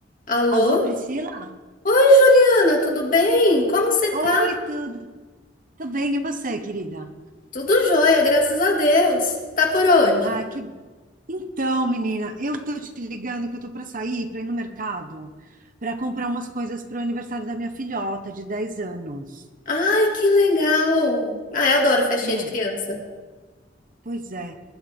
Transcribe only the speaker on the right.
Alô, Priscila?
Oi, tudo, tudo bem? E você, querida?
Ah, que... Então, menina, eu tô te ligando que eu tô para sair, para ir no mercado, para comprar umas coisas pro aniversário da minha filhota de 10 anos.
É,
pois é.